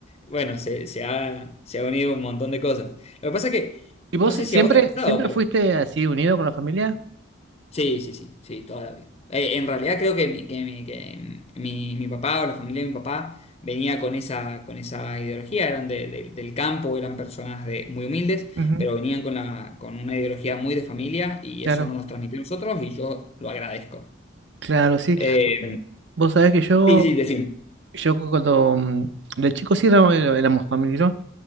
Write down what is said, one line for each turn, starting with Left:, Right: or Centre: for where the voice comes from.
Left: bueno, se, se ha, se ha unido un montón de cosas. Lo que pasa es que,
Right: ¿Y vos
Left: no sé
Right: si,
Left: si
Right: siempre,
Left: a vos te ha pasado,
Right: siempre
Left: pero
Right: fuiste así unido con la familia?
Left: Sí, sí, sí, sí, toda la vida. Eh, en realidad creo que, mi, que, mi, que mi, mi papá o la familia de mi papá venía con esa, con esa ideología, eran de- de- del campo, eran personas de, muy humildes,
Right: Ujú,
Left: pero venían con, la, con una ideología muy de familia y
Right: Claro,
Left: eso no nos transmitió a nosotros y yo lo agradezco.
Right: Claro, sí.
Left: Eh,
Right: Vos sabés que yo,
Left: sí, sí, decime.
Right: yo cu- cuando mm, de chico sí éramos, eh, éramos familia, ¿no?